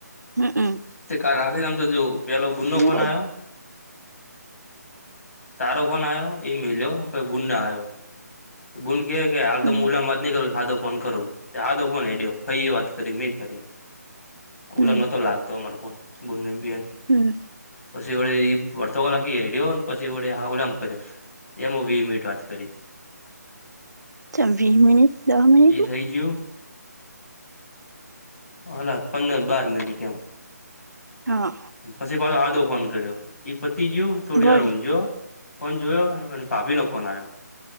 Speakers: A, on the right (about 70°); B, on the left (about 60°).
A: હમ્મ, હમ્મ.
B: તે કાલ રાત્રે અમે તો જો પેલો બૂનો બનાવ્યો.
A: કોઈ
B: તારો ફોન આવ્યો, એ મેલ્યો બુંડ આવ્યો. બૂન કે હાલ
A: હમ
B: તો ઉલામાં વાત નઈ કરું સાધો ફોન કરું સાદો ફોન એ વાત કરી મે કરી ઓ
A: હમ
B: નતો લાગતો અમાર ફોન ને
A: હમ
B: પછી વડે અડધો કલાક હડયો પછી વડે ઉલામ કર્યો. એમાં વીસ મિનિટ વાત કરી.
A: ચાલ વીસ મિનિટ દસ મિનિટ
B: એ
A: ને
B: થઈ ગયું હલા પંદર-બાર મિનિટ એમ
A: હા
B: પછી પાછો આદો ફોન કર્યો. એ પતિ ગયું થોડી
A: વળ
B: વાર ઊંઘયો ફોન જોયો અને ભાભી નો ફોન આવ્યો.